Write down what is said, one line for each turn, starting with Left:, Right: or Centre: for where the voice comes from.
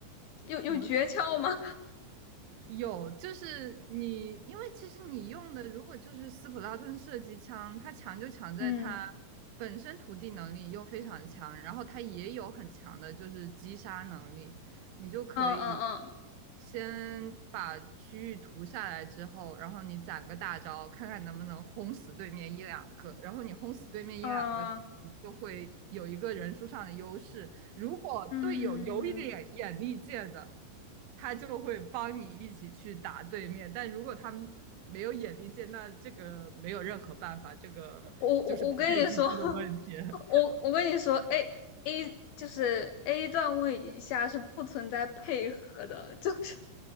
Left: 有有诀窍吗？
Right: 怎么说？
Left: <laughs>
Right: 有，就是你，因为其实你用的如果就是斯普拉顿射击枪，它强就强在它
Left: 嗯
Right: 本身涂地能力又非常强，然后它也有很强的就是击杀能力，你就可以
Left: 嗯嗯
Right: 先把区域涂下来之后，然后你攒个大招，看看能不能轰死对面一两个。然后你轰死对面一两个，
Left: 嗯嗯
Right: 你就会有一个人数上的优势。如果队友有一点眼力见的，
Left: 嗯，
Right: 他就会帮你一起去打对面。但如果他们没有眼力见，那这个没有任何办法，这个就是匹配机制的问题。
Left: 我我我跟你说，<laughs>
Right: <laughs>
Left: 我我跟你说，A A 就是 A 段位以下是不存在配合的，<laughs> 就是